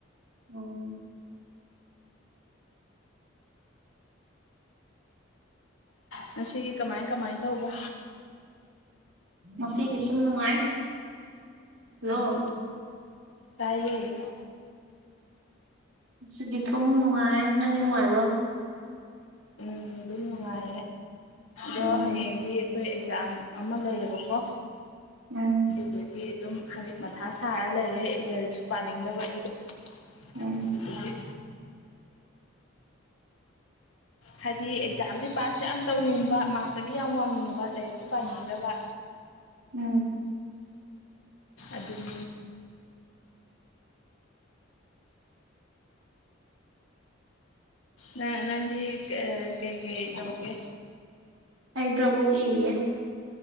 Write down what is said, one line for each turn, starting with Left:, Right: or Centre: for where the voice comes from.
Right: ꯎꯝ
Left: ꯉꯁꯤꯒꯤ ꯀꯃꯥꯏ ꯀꯃꯥꯏ ꯇꯧꯕ
Right: ꯉꯁꯤꯒꯤꯁꯨ ꯅꯨꯡꯉꯥꯏ ꯍꯜꯂꯣ
Left: ꯎꯝ ꯇꯥꯏꯌꯦ
Right: ꯁꯤꯗꯤ ꯁꯨꯝ ꯅꯨꯡꯉꯥꯏ ꯅꯪꯒꯤ ꯅꯨꯡꯉꯥꯏꯕ꯭ꯔꯣ
Left: ꯎꯝ ꯑꯗꯨꯝ ꯅꯨꯡꯉꯥꯏꯌꯦ ꯑꯗꯣ
Right: ꯎꯝ
Left: ꯍꯌꯦꯡꯗꯤ ꯑꯩꯈꯣꯏ ꯑꯦꯛꯖꯥꯝ ꯑꯃ ꯂꯩꯌꯦꯕꯀꯣ
Right: ꯎꯝ
Left: ꯑꯗꯒꯤ ꯑꯗꯨꯝ ꯍꯥꯏ ꯃꯊꯥ ꯁꯥꯔ ꯂꯩꯔꯦ ꯂꯥꯏꯔꯤꯛꯁꯨ ꯄꯥꯅꯤꯡꯗꯕ ꯑꯩꯗꯣ ꯑꯗꯨ
Right: ꯎꯝ
Left: ꯍꯥꯏꯗꯤ ꯑꯦꯛꯖꯥꯝꯗꯤ ꯄꯥꯁ ꯌꯥꯝ ꯇꯧꯅꯤꯡꯕ ꯃꯥꯔꯀꯗꯤ ꯌꯥꯝ ꯋꯥꯡꯅꯤꯡꯕ ꯂꯥꯏꯔꯤꯛꯇꯤ ꯄꯥꯅꯤꯡꯗꯕ
Right: ꯎꯝ
Left: ꯑꯗꯨꯝ ꯅ ꯅꯪꯗꯤ ꯀꯩꯀꯩ ꯇꯧꯒꯦ
Right: ꯑꯩꯗ꯭ꯔꯕ ꯏꯔꯤꯦ